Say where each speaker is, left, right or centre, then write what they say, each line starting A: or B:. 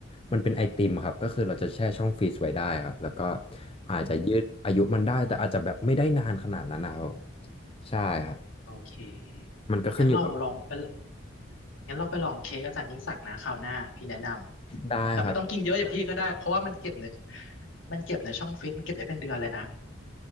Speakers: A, on the left; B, on the left.
A: มันเป็นไอติมครับก็คือเราจะแช่ช่องฟรีซไว้ได้ครับแล้วก็อาจจะยืดอายุมันได้แต่อาจจะแบบไม่ได้นานขนาดนั้นนะครับ
B: อืมอืม
A: ใช่ครับ
B: โอเค
A: มันก็ขึ้นอยู่กับ
B: งั้นเราลองไปงั้นเราไปลองเค้กอาจารย์ยิ่งศักดิ์นะคราวหน้าพี่แนะนำแต่ไม่ต้องกินเยอะอย่างพี่ก็ได้เพราะว่ามันเก็บใน
A: ได้ครับ
B: มันเก็บในช่องฟรีซมันเก็บได้เป็นเดือนเลยนะ